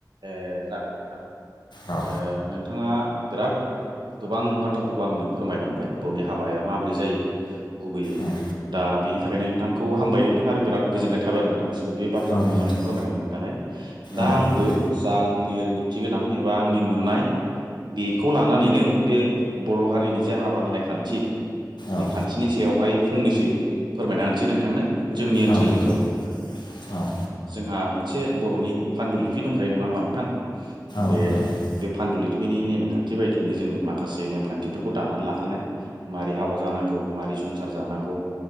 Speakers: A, on the right (about 85°); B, on the left (about 80°).
A: ए जागोन नोंथां
B: औ
A: नोंथाङा बिराद गोबां बाथ्राफोरखौ आंनो फोरमायलांबाय बर'नि हाबाया माब्रै जायो गुबैयै
B: औ
A: दा बेनि थाखायनो नोंथांखौ हामबाय होन्दों आरो बिराद गोजोननाय थाबाय आरो नोंथांसिम बे बाथ्राखौ
B: औ
A: मोजाङै
B: नोंथां
A: फोरमायना होननि थाखाय दा
B: औ
A: आंबो
B: नोंथां
A: जा आंनि रोंगौथि गोनां एबा आंनि नुनाय बेखौ लानानैनो बे बर' हारिनि जे हाबा होनाय खान्थि बे
B: औ
A: खान्थिनि सायावहाय फंनैसो फोरमायना होनसै नोंथांनो जोंनि ओनसोलनिखौ
B: औ नोंथां औ
A: जोंहा मोनसे बर'नि फान्दु ललिफि दंखायो नङा होमबा नोंथां बे
B: औ नोंथां औ नोंथां
A: फान्दलिपिनि नेमखान्थि बायदियनो जोङो माखासे नेमखान्थिफोरखौ दानानै लाखानाय मारै हाबा जानांगौ मारै संसार जानांगौ